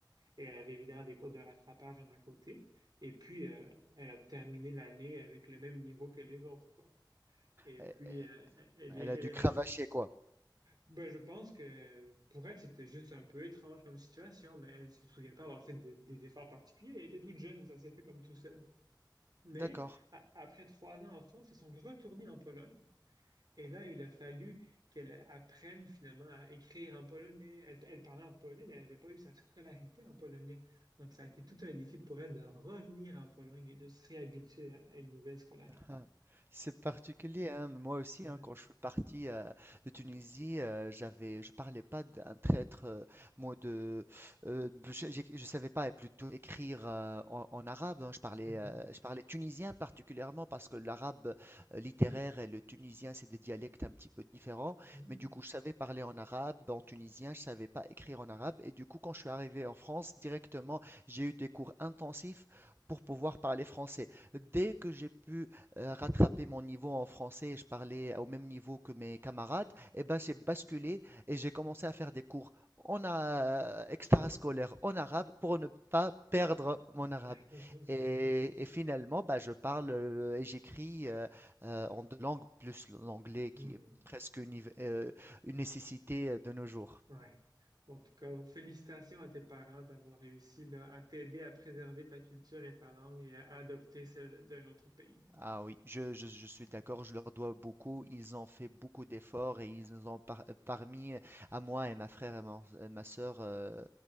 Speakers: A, on the right (about 60°); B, on the right (about 30°).
A: et elle avait évidemment des cours de rattrapage en à côté. Et puis, euh, elle a terminé l'année avec le même niveau que les autres, quoi. Et
B: Elle
A: puis, euh, elle est,
B: elle a
A: elle
B: dû
A: est
B: cravacher
A: restée.
B: quoi.
A: Ben, je pense que pour elle, c'était juste un peu étrange comme situation, mais elle ne se souvient pas avoir fait des, des efforts particuliers. Elle était toute jeune, ça s'est fait comme tout seul. Mais
B: D'accord.
A: a- après trois ans en France, ils sont retournés en Pologne et là, il a fallu qu'elle apprenne finalement à écrire en polonais. Elle, elle parlait en polonais, mais elle n'avait pas eu sa scolarité en polonais. Donc, ça a été tout un défi pour elle de revenir en Pologne et de se réhabituer à une nouvelle scolarité.
B: Ah, C'est particulier, hein. Moi aussi,
A: Ouais.
B: hein, quand je suis parti euh, de Tunisie, euh, j'avais, je parlais pas d'un traître, euh, moi de, euh, je, j'ai- je savais pas euh, plutôt écrire euh, en, en arabe. hein. Je parlais,
A: Mhm.
B: euh, je parlais tunisien particulièrement parce que l'arabe euh, littéraire et le tunisien c'est des dialectes un petit peu différents.
A: Mhm.
B: Mais du coup, je savais parler en arabe, en tunisien, je savais pas écrire en arabe. Et du coup, quand je suis arrivé en France, directement, j'ai eu des cours intensifs pour pouvoir parler français. Dès que j'ai pu euh, rattraper mon niveau en français et je parlais au même niveau que mes camarades, et ben j'ai basculé et j'ai commencé à faire des cours en a- extrascolaire en arabe pour ne pas perdre mon arabe.
A: <laughs>
B: Et, et finalement, bah, je parle euh, et j'écris euh, euh, en deux langues plus l'anglais
A: Hmm.
B: qui est presque une, euh, une nécessité euh, de nos jours.
A: Ouais. Bon, En tout cas, félicitations à tes parents d'avoir réussi là, à t'aider à préserver ta culture et ta langue et à adopter celle d'un autre pays.
B: Ah oui, je, je- je suis d'accord, je leur dois beaucoup. Ils ont fait beaucoup d'efforts et ils nous ont par- euh, parmi, euh, à moi et ma frère et mon- euh, ma, sœur, euh,